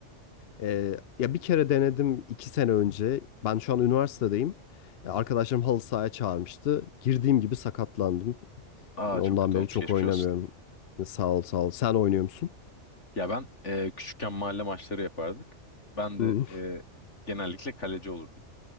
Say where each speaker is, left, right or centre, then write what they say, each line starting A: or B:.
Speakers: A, on the left; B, on the left.
A: Ee, ya bir kere denedim iki sene önce. Ben şu an üniversitedeyim. Ee, Arkadaşlarım halı sahaya çağırmıştı. Girdiğim gibi sakatlandım.
B: Aa
A: Yani
B: çok
A: ondan
B: kötü
A: beri
B: olmuş
A: çok
B: geçmiş
A: oynamıyorum.
B: olsun.
A: Sağ ol sağ ol. Sen oynuyor musun?
B: Ya ben e, küçükken mahalle maçları yapardık. Ben de
A: Hı.
B: e, genellikle kaleci olurdum.